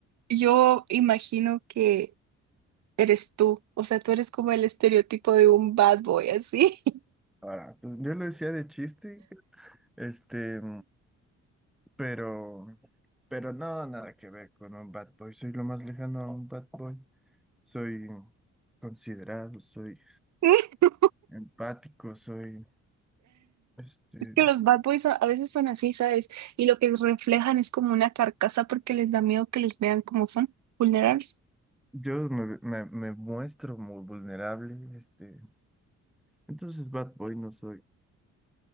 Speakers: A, on the right (about 65°); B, in the centre.
A: Yo imagino que eres tú. O sea, tú eres como el estereotipo de un bad boy, así.
B: Ahora, pues, yo lo decía de chiste, este, pero, pero no, nada que ver con un bad boy, soy lo más lejano a un bad boy, soy considerado, soy
A: <laughs>
B: Empático soy. Este,
A: Es que los bad boys a a veces son así, ¿sabes? Y lo que reflejan es como una carcasa porque les da miedo que los vean como son, vulnerables.
B: yo me, me- me muestro muy vulnerable. Este, entonces bad boy no soy.